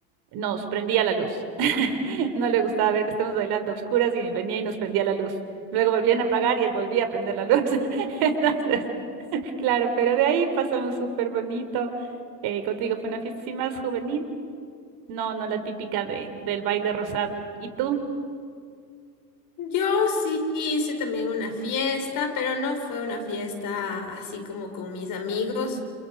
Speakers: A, on the right; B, on the left.
A: nos prendía la luz. <laughs> No le gustaba ver que estemos bailando a oscuras y venía y nos prendía la luz. Luego volvían a apagar y él volvía a prender la luz. <laughs> Entonces, <laughs> claro, pero de ahí pasamos súper bonito. Eh, contigo fue una fiesta así más juvenil, no, no la típica de, del baile rosado. ¿Y tú?
B: Yo sí hice también una fiesta, pero no fue una fiesta así como con mis amigos,